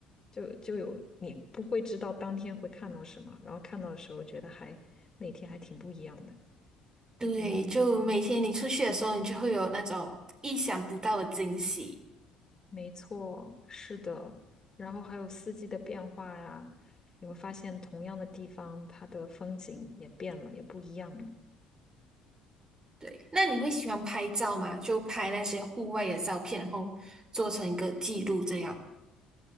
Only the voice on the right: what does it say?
对，就每天你出去的时候，你就会有那种意想不到的惊喜。
对，那你会喜欢拍照吗？就拍那些户外的照片，然后做成一个记录这样。